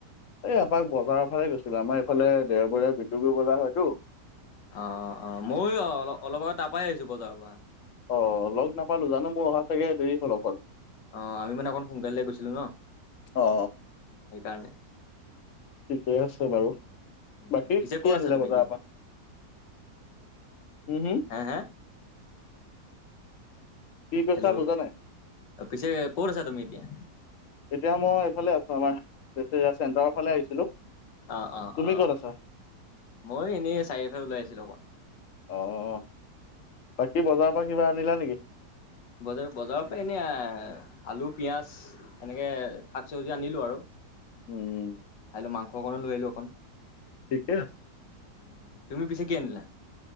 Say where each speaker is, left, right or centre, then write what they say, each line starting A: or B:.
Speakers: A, on the left; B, on the left.
A: এই আপাক বজাৰৰ ফালে গৈছিলো আমাৰ এইফালে দেওবৰীয়া ডিব্ৰুগড় বজাৰ হয়তো।
B: অ, অ, অ ময়ো অ অলপ আগত তাৰ পৰাই আহিছো বজাৰৰ পৰা।
A: অ, লগ নাপালো জানো মই অহা চাগে দেৰি হ'ল অকণ।
B: অ, আমি মানে অকণ সোনকালে গৈছিলো ন
A: অ
B: সেইকাৰণে।
A: ঠিকে আছে বাৰু,
B: উম,
A: বাকী
B: পিছে
A: কি
B: ক'ত আছা
A: আনিলা
B: তুমি
A: বজাৰৰ
B: এতিয়া?
A: পৰা। উম হুম
B: হা হা
A: কি কৈছা
B: হেল্ল'
A: বুজা
B: পিছে ক'ত আছা তুমি এতিয়া।
A: এতিয়া মই এইফালে আছো আমাৰ চেণ্টাৰৰ ফালে আহিছিলো।
B: অ, অ,
A: তুমি
B: অ,
A: ক'ত আছা
B: মই এনেই চাৰিআলিফালে ওলাই আহিছিলো অকণ।
A: অ', বাকী বজাৰৰ পৰা কিবা আনিলা নেকি?
B: বজাৰ বজাৰৰ পৰা এনে আলু পিয়াজ এনেকে শাক চবজি আনিলো আৰু।
A: উম।
B: আহিলো মাংস অকণো লৈ আহিলোঁ অকণ।
A: ঠিকে আছে।
B: উম, তুমি পিছে কি আনিলা?